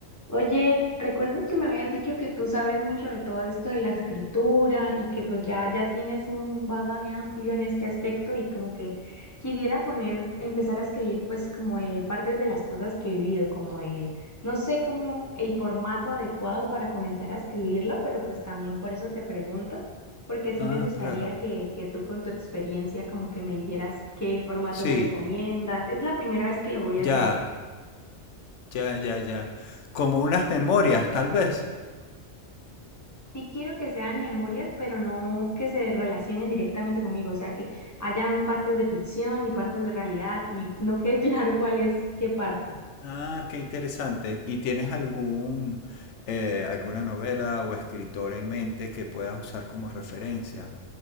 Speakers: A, on the left; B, on the left.
A: Oye, ¿recuerdas que me habías dicho que tú sabes mucho de todo esto de la escritura y que pues ya, ya tienes un bagaje amplio en este aspecto y como que quisiera poner, empezar a escribir pues como de partes de las cosas que he vivido, como de, no sé cómo el formato adecuado para comenzar a escribirlo, pero pues también por eso te pregunto, porque sí
B: Ah,
A: me gustaría
B: claro.
A: que, que tú con tu experiencia como que me dijeras qué formato
B: Sí,
A: me recomiendas. Es la primera vez que lo voy a hacer.
B: ya, ya, ya, ya. Como unas memorias, tal vez.
A: Sí quiero que sean memorias, pero no que se relacionen directamente conmigo, o sea, que hayan partes de ficción y partes de realidad y no quede <laughs> claro cuál es qué parte.
B: Ah, qué interesante. ¿Y tienes algún, eh, alguna novela o escritora en mente que puedas usar como referencia?